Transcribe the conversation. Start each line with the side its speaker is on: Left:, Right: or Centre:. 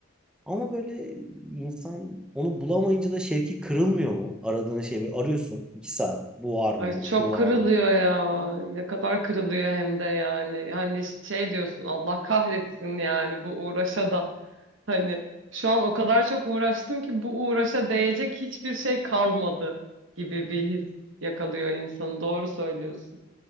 Centre: Ama böyle insan onu bulamayınca da şevki kırılmıyor mu? Aradığın şey böyle arıyorsun iki saat bu var mı
Right: Ay çok
Centre: şu var
Right: kırılıyor
Centre: mı?
Right: ya. Ne kadar kırılıyor hem de yani. Hani şey diyorsun Allah kahretsin yani bu uğraşa da. Hani şu an o kadar çok uğraştım ki bu uğraşa değecek hiçbir şey kalmadı gibi bir his yakalıyor insanı. Doğru söylüyorsun.